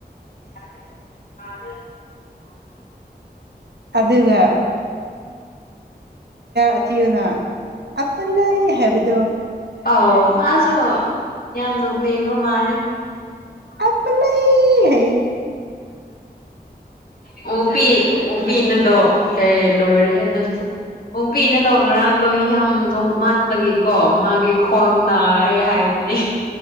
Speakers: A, on the left (about 60°); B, on the right (about 80°).
A: ꯑ
B: ꯑꯗꯨꯒ ꯑ ꯊꯤꯌꯣꯅ ꯑꯄꯜꯂꯩ ꯍꯥꯏꯕꯗꯣ
A: ꯑꯧ ꯃꯥꯁꯨ ꯌꯥꯝ ꯅꯣꯛꯅꯤꯡꯕ ꯃꯥꯜꯂꯦ
B: ꯑꯄꯜꯂꯩ ꯍꯥꯏꯌꯦ
A: ꯑꯣꯡꯄꯤ ꯑꯣꯡꯄꯤꯅꯗꯣ ꯑꯦ ꯂꯣꯏꯔꯦꯍꯦ ꯅꯪꯁꯨ ꯑꯣꯡꯄꯤꯅꯗꯣ ꯉꯔꯥꯡꯗꯣ ꯌꯥꯝ ꯅꯣꯛꯃꯟꯕꯒꯤꯀꯣ ꯃꯥꯒꯤ ꯈ꯭ꯋꯥꯡ ꯅꯥꯔꯦ ꯍꯥꯏ ꯍꯥꯢꯕꯅꯦ